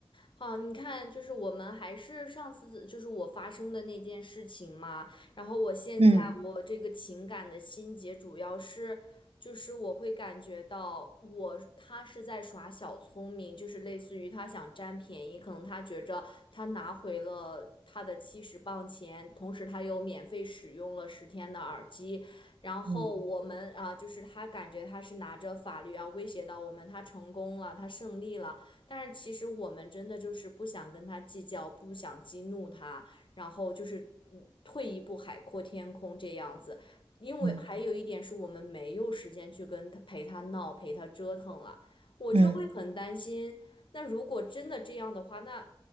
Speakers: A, on the left; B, on the right.
A: 好，你看，就是我们还是上次就是我发生的那件事情嘛，然后我现在我这个情感的心结主要是，
B: 嗯
A: 就是我会感觉到我他是在耍小聪明，就是类似于他想占便宜，可能他觉着他拿回了他的七十磅钱，同时他又免费使用了十天的耳机，然后我们啊，
B: 嗯
A: 就是他感觉他是拿着法律啊威胁到我们，他成功了，他胜利了。但是其实我们真的就是不想跟他计较，不想激怒他，然后就是嗯退一步海阔天空这样子。因为还有一点是我们没有时间去跟他陪他闹、
B: 嗯
A: 陪他折腾了，我就会很担心。
B: 嗯
A: 那如果真的这样的话，那